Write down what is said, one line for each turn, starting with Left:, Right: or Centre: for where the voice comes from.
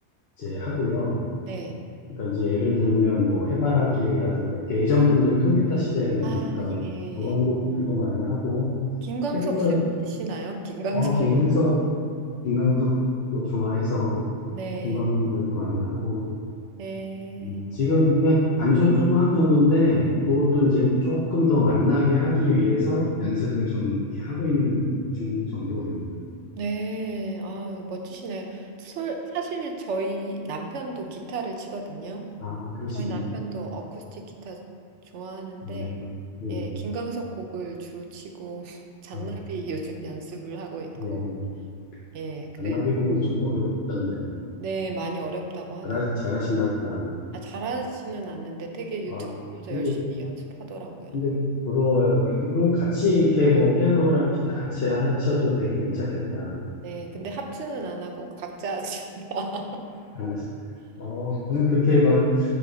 Left: 이제 하고요.
Right: 네.
Left: 그러니까 이제 예를 들면 뭐, 해바라기라든가, 이렇게 예전 분들 통기타 시대에 많이
Right: 아,
Left: 했던
Right: 예.
Left: 그런 곡들도 많이 하고,
Right: 김광석
Left: 최근 거에,
Right: 씨 치시나요? <laughs> 김광석.
Left: 어, 김광석, 김광석도 좋아해서
Right: 네.
Left: 김광석 노래도 많이 하고,
Right: 네.
Left: 음, 지금 그냥 반주 조금 하는 정도인데, 그것도 이제 조금 더 만나게 하기 위해서 연습을 좀 이렇게 하고 있는 중 정도 됩니다.
Right: 네. 아, 멋지시네요. 솔- 사실 저희 남편도 기타를 치거든요.
Left: 아, 그러시군요.
Right: 저희 남편도 어쿠스틱 기타 좋아하는데,
Left: 네. 예.
Right: 예, 김광석 곡을 주로 치고, <laughs> 잔나비
Left: 아,
Right: 요즘 연습을 하고 있고,
Left: 예.
Right: 예, 그래요.
Left: 잔나비곡은 좀 어렵던데.
Right: 네, 많이 어렵다고 하더라고요.
Left: 잘하, 잘하시나 보다.
Right: 아, 잘하지는 않는데 되게 유튜브
Left: 아,
Right: 보면서
Left: 근데,
Right: 열심히 연습하더라고요.
Left: 근데 부러워요. 그- 그럼 같이 이렇게 뭐 피아노랑 기타 같이 하셔도 되게 괜찮겠다.
Right: 네, 근데 합주는 안 하고 각자 하니까. <laughs>
Left: 하나씩. 어, 저는 그렇게 막